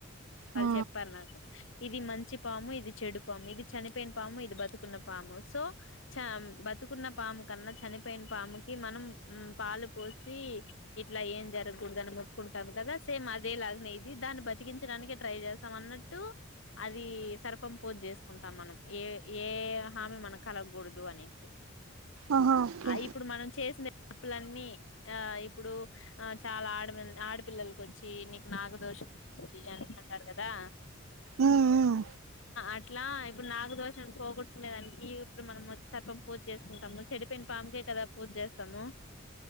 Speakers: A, on the left; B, on the right.
A: వాళ్ళు
B: ఆ,
A: చెప్పను నాకు ఇది మంచి పాము ఇది చెడు పాము ఇది చనిపోయిన పాము ఇది బతుకున్న పాము సో చ పతుకున్న పాము కన్నా చనిపోయిన పాముకి మనం పాలు పోసి ఇట్లా ఏం జరగకూడదుని మొక్కుంటాం కదా సేమ్ అదే లాగనే ఇది దాన్ని బతికించిన ట్రై చేస్తాం అన్నట్టు అది సర్పం పూజ చేసుకుంటాం మనం ఏ ఏ హామీ మన కలగకూడదు అనేసి
B: ఆహా ఓకే
A: ఆ ఇప్పుడు మనం చేసిన తప్పులన్నీ ఆ ఇప్పుడు ఆ చాలా ఆడ ఆడపిల్లలకు వచ్చి నీకు నాకు దోషం ఉంటుంది అని అంటారు కదా
B: ఉమ్, ఉమ్,
A: అట్లా ఇప్పుడు నాగు దోషం పోగొటుకునే దానికి ఇప్పుడు మనం వచ్చి సర్పం పూజ చేసుకుంటాము చెడిపోయిన పాంమకే కదా పూజ చేస్తాము